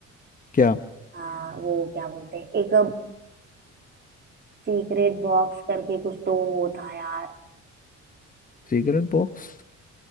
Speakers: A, on the left; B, on the right.
A: क्या
B: आ, वो क्या बोलते हैं एक सीक्रेट बॉक्स करके कुछ तो वो था यार
A: Cigarette box